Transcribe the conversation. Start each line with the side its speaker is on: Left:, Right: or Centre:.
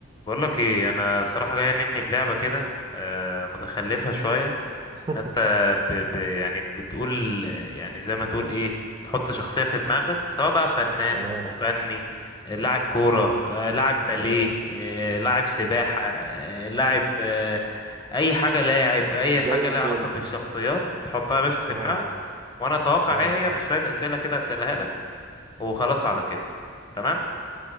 Left: بقولك ايه انا صراحة جاية مني بلعبة كده آه، متخلفة شوية
Right: <laughs>
Left: انت ب ب يعني بتقول يعني زي ما تقول ايه تحط شخصية في دماغك سواء بقى فنان
Right: تمام
Left: مغني آه، لاعب كورة آه، لاعب باليه
Right: تمام
Left: آه، لاعب سباحة آه، لاعب آه، اي حاجة لاعب اي
Right: زي
Left: حاجة
Right: الفل
Left: لها علاقة بالشخصيات تحطها يا باشا في
Right: ها
Left: دماغك وانا اتوقع
Right: ها
Left: ايه هي من شوية اسئلة كده اسألها لك وخلاص على كده تمام